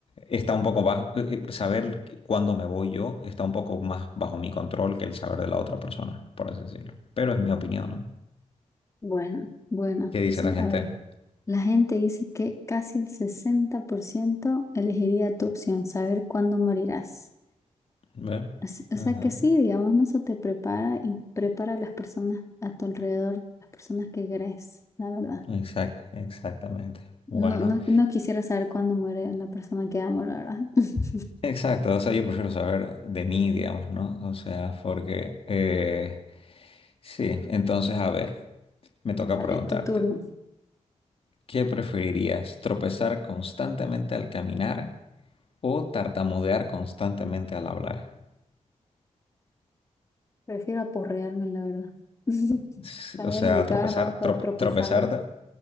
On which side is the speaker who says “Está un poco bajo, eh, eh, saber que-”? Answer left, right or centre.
Left